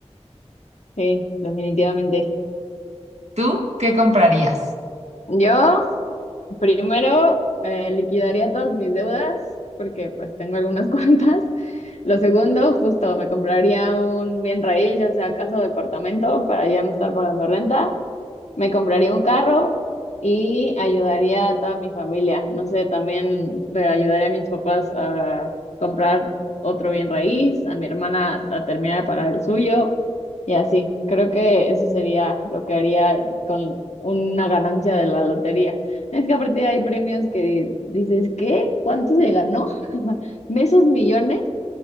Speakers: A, on the left; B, on the right.
A: Sí, definitivamente.
B: ¿Tú qué comprarías?
A: Yo primero eh, liquidaría todas mis deudas porque pues tengo algunas <laughs> cuantas. Lo segundo, justo me compraría un bien raíz, ya sea casa o departamento, para ya no estar pagando renta. Me compraría un carro y ayudaría a toda mi familia. No sé, también re- ayudaría a mis papás a comprar otro bien raíz, a mi hermana a terminar de pagar el suyo y así. Creo que eso sería lo que haría con una ganancia de la lotería. Es que aparte hay premios que dices, ¿qué? ¿Cuánto se ganó? <laughs> ¿Mesos millones?